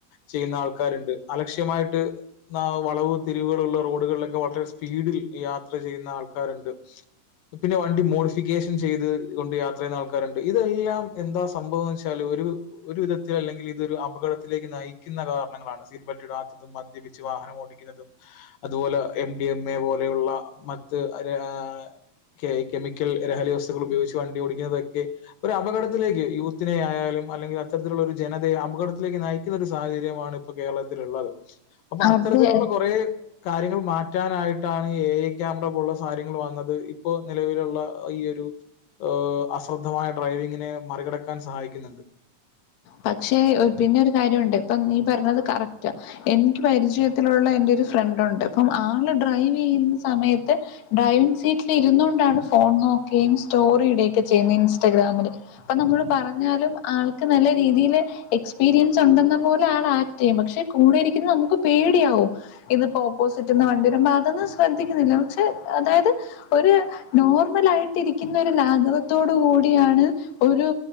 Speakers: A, on the left; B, on the left.
A: ചെയ്യുന്ന ആൾക്കാര്ണ്ട് അലക്ഷ്യമായിട്ട് ന വളവ് തിരിവുകള്ള റോഡുകളിലൊക്കെ വളരെ സ്പീഡിൽ യാത്ര ചെയ്യുന്ന ആൾക്കാര്ണ്ട് പിന്നെ വണ്ടി മോഡിഫിക്കേഷൻ ചെയ്ത് കൊണ്ട് യാത്ര ചെയ്യുന്ന ആൾക്കാ ക്കാര്ണ്ട് ഇതെല്ലാം എന്താ സംഭവം വെച്ചാല് ഒരു ഒരു വിധത്തിലല്ലെങ്കില് ഇതൊരു അപകടത്തിലേക്ക് നയിക്കുന്ന കാരണങ്ങളാണ് സീറ്റ്ബെൽറ്റ് ഇടാത്തതും മദ്യപിച്ച് വാഹനം ഓടിക്കുന്നതും അതുപോലെ എം ഡി എം എ പോലെയുള്ള മറ്റ് ഒരു അ ആ കെമിക്കൽ ലഹരി വസ്തുക്കൾ ഉപയോഗിച്ച് വണ്ടി ഓടിക്കുന്നതൊക്കെ ക്കെ ഒരു അപകടത്തിലേക്ക് യൂത്തിനെ ആയാലും അല്ലെങ്കിൽ അത്തരത്തിലുള്ള ഒരു ജനതയെ അപകടത്തിലേക്ക് നയിക്കുന്ന ഒരു സാഹചര്യമാണ് ഇപ്പൊ കേരളത്തിലുള്ളത് അപ്പൊ അത്തരത്തിലുള്ള
B: അതെ
A: കൊറേ കാര്യങ്ങൾ മാറ്റാനായിട്ടാണ് ഈ എ എ ക്യാമറ പോലുള്ള സാര്യങ്ങൾ വന്നത് ഇപ്പോ നിലവിലുള്ള ഈ ഒരു ഏ അസ് ശ്രദ്ധമായ ഡ്രൈവിങ്ങിനെ മറികടക്കാൻ സഹായിക്കുന്നുണ്ട്
B: പക്ഷേ ഒ പിന്നെ ഒരു കാര്യോണ്ട് ഇപ്പം നീ പറഞ്ഞത് കറക്റ്റാ എനിക്ക് പരിചയത്തിലുള്ള എന്റെ ഒരു ഫ്രണ്ടുണ്ട് അപ്പം ആള് ഡ്രൈവ് ചെയ്യുന്ന സമയത്ത് ഡ്രൈവിങ് സീറ്റിൽ ഇരുന്നോണ്ടാണ് ഫോൺ നോക്കുകയും സ്റ്റോറിടൊക്കെ ചെയ്യുന്നത് ഇൻസ്റ്റാഗ്രാമില് അപ്പൊ നമ്മള് പറഞ്ഞാലും ആൾക്ക് നല്ല രീതിയില് എക്സ്പീരിയൻസ് ഉണ്ടെന്ന പോലെ ആളാക്ട് ചെയ്യും പക്ഷേ കൂടെ ഇരിക്കുന്നനമ്മക്ക് പേടിയാവും ഇതിപ്പോ ഓപ്പോസിറ്റ്ന്ന് വണ്ടി വരുമ്പോ അതൊന്നും ശ്രദ്ധിക്കുന്നില്ല പക്ഷേ അതായത് ഒരു നോർമളായിട്ടിരിക്കുന്ന ഒരു ലാഘവത്തോട് കൂടിയാണ് ഒരു